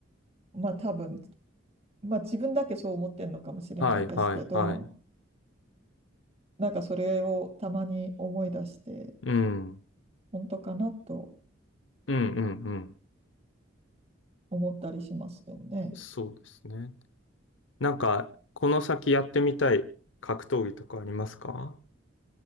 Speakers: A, on the right; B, on the left.
A: まあ多分、まあ自分だけそう思ってるのかもしれないんですけど、
B: はい、はい、はい。
A: なんかそれをたまに思い出して。
B: うん。うん、
A: 本当かなと
B: うん、うん。
A: 思ったりしますけどね。
B: そうですね。なんか、この先やってみたい格闘技とかありますか